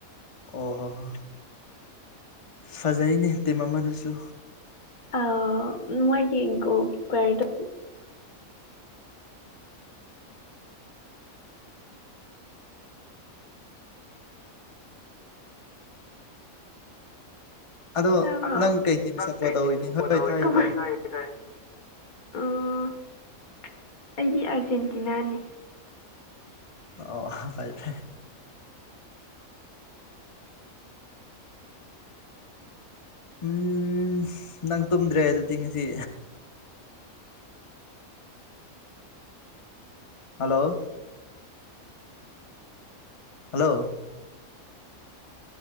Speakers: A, on the left; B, on the left.
A: ꯑꯣ ꯍꯣ ꯍꯣ ꯐꯖꯩꯅꯦ ꯇꯤꯝ ꯑꯃꯗꯁꯨ
B: ꯑ ꯃꯣꯏꯒꯤ ꯏꯀꯣꯒꯤ ꯄꯔꯗ
A: ꯑꯗꯣ
B: <unintelligible>
A: ꯅꯪ ꯀꯩ ꯇꯤꯝ ꯁꯞꯄꯣꯔꯠ ꯇꯧꯔꯤꯅꯤ ꯍꯣꯏ ꯇꯥꯏꯌꯦ ꯇꯥꯏꯌꯦ
B: ꯑꯩꯗꯤ ꯑꯥꯔꯖꯦꯟꯇꯤꯅꯥꯅꯤ
A: ꯑꯣ ꯐꯥꯏ ꯐ ꯎꯝ ꯅꯪ ꯇꯨꯝꯗ꯭ꯔꯦ ꯑꯗꯨ ꯇꯤꯡꯁꯤ ꯍꯜꯂꯣ ꯍꯜꯂꯣ